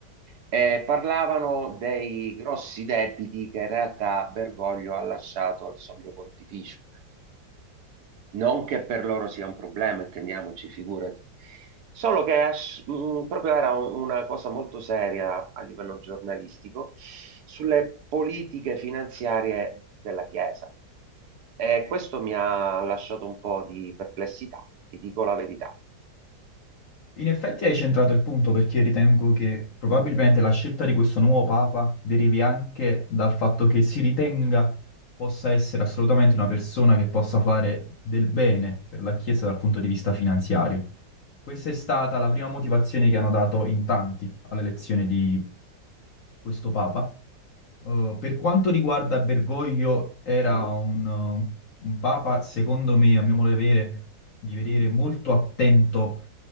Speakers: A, on the right; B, on the left.
A: e parlavano dei grossi debiti che in realtà Bergoglio ha lasciato al soglio pontificio. Non che per loro sia un problema, intendiamoci, figurati. Solo che as- mh, proprio era un- una cosa molto seria a livello giornalistico sulle politiche finanziarie della Chiesa. E questo mi ha lasciato un po' di perplessità, ti dico la verità.
B: In effetti hai centrato il punto perché ritengo che probabilmente la scelta di questo nuovo Papa derivi anche dal fatto che si ritenga possa essere assolutamente una persona che possa fare del bene per la Chiesa dal punto di vista finanziario. Questa è stata la prima motivazione che hanno dato in tanti all'elezione di questo papa. Eh, per quanto riguarda Bergoglio, era
A: Mm.
B: un, eh, un papa, secondo me, a mio modo di vedere, di vedere molto attento